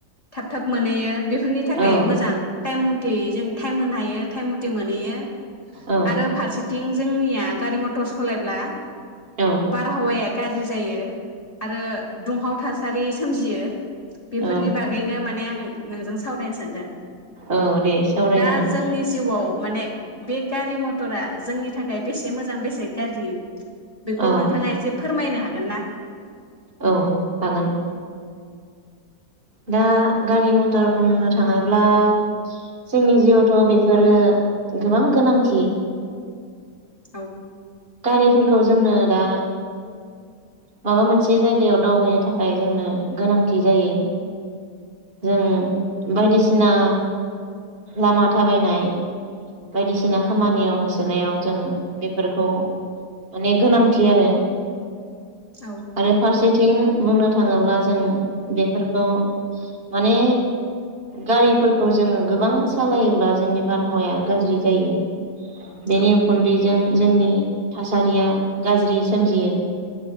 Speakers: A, on the left; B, on the right.
A: थाब थाब मोनहैयो बेफोरनि थाखाय
B: औ
A: मोजां टाइम मथे जों टाइम होनो हायो टाइम मथे मोनहैयो
B: औ
A: आरो फारसेथिं जोंनिया गारि मथ अट सलायब्ला
B: औ
A: बारहावाया गाज्रि जायो। आरो दुंहाव थासा सारि सोमजियो। बेफोरनि
B: औ
A: बागैनो माने आं नोंजों सावरायनो सानदों
B: औ दे सावरायजागोन
A: दा जोंनि जिउआव माने बे गारि मटरा जोंनि थाखाय बेसे मोजां बेसे गाज्रि। बेखौ
B: औ
A: नोंथाङा एसे फोरमायनो हागोन। हागोन ना
B: औ हागोन। दा गारि मटर बुंनो थाङोब्ला जोंनि जिउआवथ बेफोरो गोबां गोनांथि
A: औ
B: गारिफोरखौ जोंनो दा माबा मोनसे जायगायाव दावबायनो थाखाय जोंनो गोनांथि जायो जों बायदिसिना लामा थाबायनाय बायदिसिना खामानियाव होसोनायाव जों बेफोरखौ माने गोनांथि आरो
A: औ
B: आरो फारसे- बिथिं बुंनो थाङोब्ला जों बेफोरखौ माने गारिफोरखौ जोङो गोबां सालायोब्ला जोंनि बारहावाया गाज्रि जायो। बेनि
A: औ
B: उखुन्दैजों जोंनि थासारिया गाज्रि सोमजियो